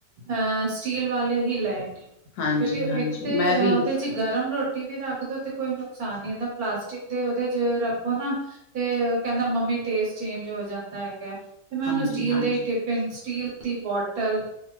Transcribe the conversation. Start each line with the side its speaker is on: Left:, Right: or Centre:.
Right: ਹਾਂ ਸਟੀਲ ਵਾਲੇ ਹੀ ਲਏ ਨੇ
Left: ਹਾਂਜੀ-ਹਾਂਜੀ
Right: ਕਿਉਂਕਿ ਇੱਕ ਤੇ
Left: ਮੈਂ
Right: ਉਹਦੇ।
Left: ਵੀ
Right: ਗਰਮ ਰੋਟੀ ਵੀ ਰੱਖ ਦੋ ਤੇ ਕੋਈ ਨੁਕਸਾਨ ਨੀ ਦਾ ਪਲਾਸਟਿਕ ਦੇ ਉਹਦੇ ਚ ਰੱਖ। ਉਹ ਨਾ ਤੇ ਕਹਿੰਦਾ ਮੰਮੀ ਟੇਸਟ ਚੇਂਜ ਹੋ ਜਾਂਦਾ ਹੈਗੇ। ਤੇ ਮੈਂ
Left: ਹਾਂਜੀ-ਹਾਂਜੀ।
Right: ਉਹਨੂੰ ਸਟੀਲ ਦੇ ਟਿਫਿਨ ਸਟੀਲ ਦੀ ਬੋਟਲ।